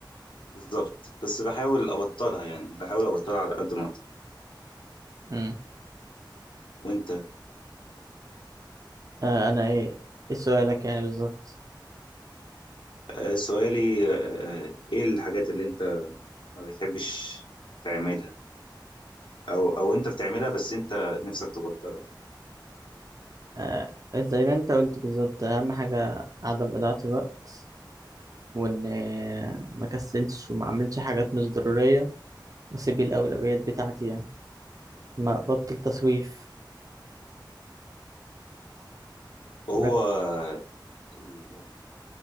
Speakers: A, on the left; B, on the right.
A: بالظبط بس بحاول أبطلها يعني بحاول أبطلها على قد ما أقدر
B: امم
A: وأنت
B: آه انا ايه ايه سؤالك يعني بالظبط
A: آه، سؤالي آه، إيه الحاجات اللي أنت ما بتحبش تعملها أو أو أنت بتعملها بس أنت نفسك تبطلها يعني
B: آه زي ما انت قلت بالظبط اهم حاجة عدم إضاعة الوقت وان آه، ما كسلش وما اعملش حاجات مش ضرورية واسيب الاولويات بتاعتي يعني ما ابطل تسويف
A: هو
B: مرك...
A: ال-